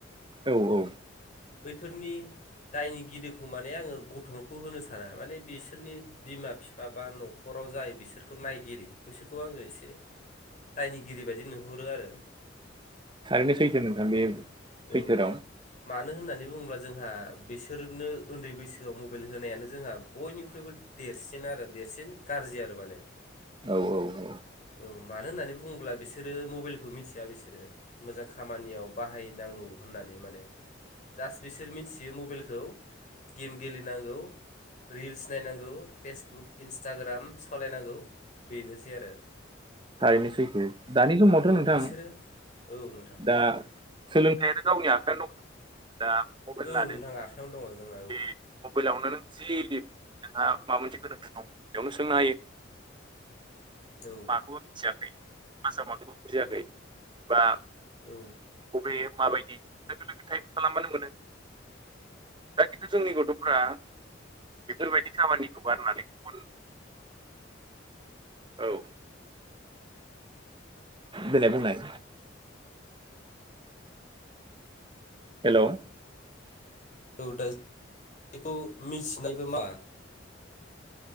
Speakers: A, on the right (about 25°); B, on the left (about 40°).
A: औ औ
B: बैफोरनि दायनिगिरिखौ माने आङो गथ'खौ होनो साना माने बिसोरनि बिमा बिफा बा नखराव जाय बिसोरखौ नायगिरि बिसोरखौ आङो एसे दायनिगिरि बायदि नुहुरो आरो।
A: थारैनो सैथो नोंथां बे
B: औ
A: सैथो राव।
B: मानो होननानै बुङोब्ला जोंहा बिसोरनो उन्दै बैसोआव मबेल होनायानो जोंहा बयनिख्रुइबो देरसिन आरो देरसिन गाज्रि आरो माने
A: औ औ औ
B: औ मानो होननानै बुङोब्ला बिसोरो मबाइलखौ मिथिया बिसोरो मोजां खामानियाव बाहायनांगौ होननानै माने जास्ट बिसोर मिथियो मबाइलखौ गेम गेलेनांगौ रिल्स नायनांगौ फेसबुक इन्सटाग्राम सालायनांगौ बेनोसै आरो
A: थारैनो सैथो दानि समावथ
B: औ
A: नोंथां
B: बिसोरो औ नोंथां
A: दा सोलोंथाइ आनो गावनि आखायावनो दंजोबो दा मबाइल
B: औ
A: लादों
B: नोंथां आखायावनो दङ जोंना औ
A: बे मबाइलावनो नों जि जोंहा माबा मोनसे गोनांथि दं बेयावनो सोंनो हायो
B: औ
A: बेखौबो बुजियाखै क्लासा माखौ बुङो बेखौबो बुजियाखै
B: औ
A: बा
B: औ
A: बबे माबायदि लोगो लोगो टाइप खालामबानो मोनो दा खिन्थु जोंनि गथ'फोरा बेफोरबायदि खामानिखौ गारनानै गुबुन औ देनाय बुंनाय हेलौ
B: औ दा बेखौ मिथिनायबो मा